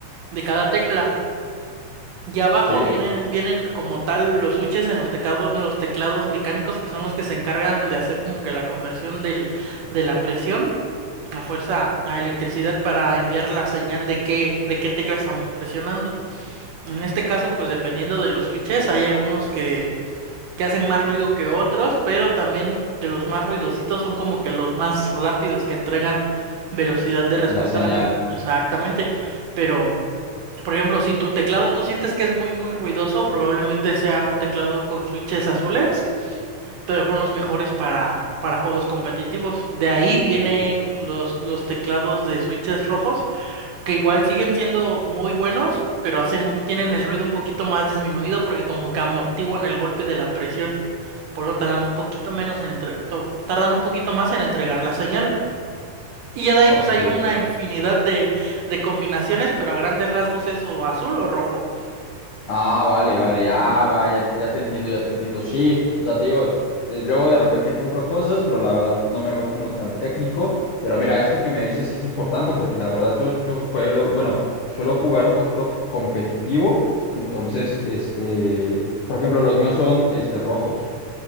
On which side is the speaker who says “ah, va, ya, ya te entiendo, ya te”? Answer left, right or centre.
Left